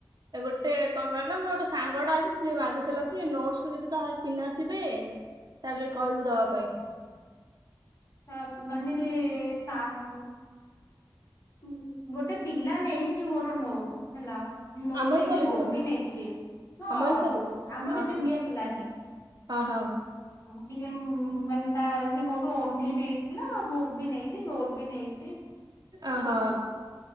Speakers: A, on the right; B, on the left.
A: ଗୋଟେ କଣ କହିଲ, ମୋ ଗୋଟେ ସାଙ୍ଗଟା ଅଛି ସିଏ ମାଗୁଥିଲା କି ନୋଟସକୁ ଯଦି କାହାର ଚିହ୍ନା ଥିବେ ତାହେଲେ କହିବୁ ଦବା ପାଇଁ।
B: ଛାତ୍ ମାନିଲି ସାଙ୍ଗ କ ଗୋଟେ ପିଲା ନେଇଛି ମୋର ନୋଟ ହେଲା। ନୋଟ
A: ଆମରି
B: ନେଇଛି
A: କଲେଜ
B: ବୁକ୍
A: ର
B: ବି ନେଇଛି। ହଁ
A: ଆମରି କଲେଜ
B: ଆମର
A: ଓହୋ
B: ଜୁନିୟର ପିଲା ହିଁ।
A: ଓହୋ
B: ସିଏ ମାନେ ତା ସେ ମୋଠୁ <unintelligible> ନେଇଥିଲା ବୁକ୍ ବି ନେଇଛି, ନୋଟ ବି ନେଇଛି।
A: ଓହୋ
B: ହଉ